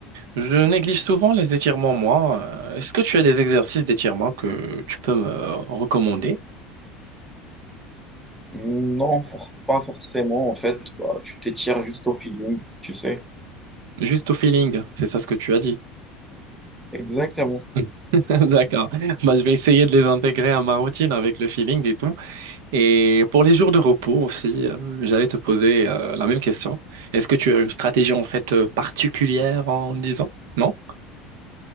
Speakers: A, on the right (about 80°); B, in the centre.
A: Je néglige souvent les étirements, moi. Euh, Est-ce que tu as des exercices d'étirement que tu peux me recommander?
B: Non, for- pas forcément. En fait, bah, tu t'étires juste au feeling, tu sais.
A: Juste au feeling, c'est ça ce que tu as dit.
B: Exactement.
A: <laughs> D'accord. Bah, je vais essayer de les intégrer à ma routine avec le feeling et tout. Et pour les jours de repos aussi, euh, j'allais te poser euh, la même question. Est-ce que tu as une stratégie en fait euh, particulière en disant? Non?